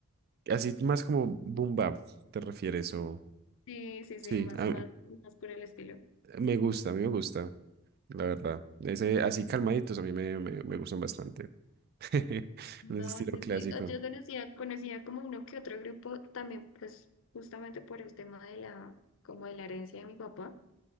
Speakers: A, on the right; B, on the left.
A: Así más como boom bap, ¿te refieres? O,
B: Sí, sí, sí,
A: sí,
B: más,
A: a mí-
B: más, más por el estilo.
A: me gusta, a mí me gusta, la verdad. Ese, así calmaditos a mí me, me, me gustan bastante, <laughs> en
B: No,
A: ese estilo
B: sí,
A: clásico.
B: sí, o- yo conocía, conocía como uno que otro grupo también, pues justamente por el tema de la, como de la herencia de mi papá.